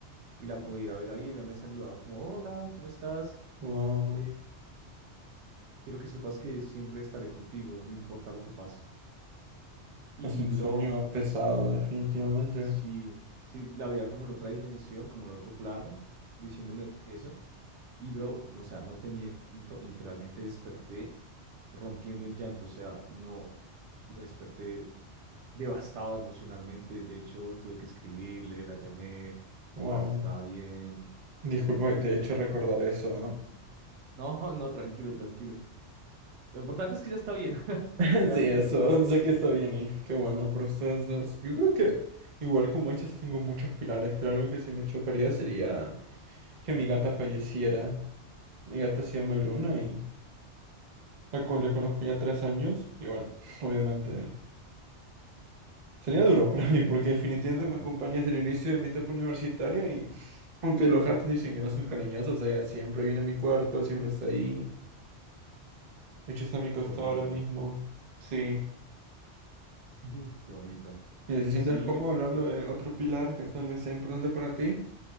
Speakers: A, on the right; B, on the right.
A: Y la podía ver ahí. Ella me saludaba como, hola, ¿cómo estás?
B: Wow.
A: Eh, quiero que sepas que siempre estaré contigo, no importa lo que pase. Y
B: Es un
A: bro,
B: sueño pesado, definitivamente.
A: Sí, sí, la veía como en otra dimensión, como en otro plano, diciéndome eso. Y bro, no, o sea, no te miento, literalmente desperté rompiendo en llanto, o sea, no, me desperté devastado emocionalmente. De hecho, tuve que escribirle, la llamé,
B: Wow.
A: a ver si estaba bien.
B: Disculpa
A: Y
B: que te
A: duré-
B: he hecho recordar eso, ¿ah?
A: no, <laughs> no, tranquilo, tranquilo. Lo importante es que ya está bien. <laughs>
B: <laughs>
A: Ya
B: Sí,
A: lo que
B: eso,
A: yo sueño es,
B: sé que está bien y qué bueno por ustedes dos. Yo creo que igual como ellas tengo muchos pilares, pero algo que sí me chocaría sería que mi gata falleciera. Mi gata se llama Luna y la, co- la conozco ya tres años. Igual, <laughs> obviamente, sería duro para mí porque definitivamente
A: claro,
B: me acompaña desde el inicio de mi etapa universitaria y <laughs> aunque los gatos dicen que no son cariñosos, ella siempre viene a mi cuarto, siempre está ahí. De hecho, está a mi costado
A: qué bonito,
B: ahora mismo. Sí.
A: <laughs> qué bonito.
B: Si te sientes
A: Sí,
B: cómodo
A: yo creo
B: hablando
A: que,
B: de otro pilar que tal vez sea importante para ti,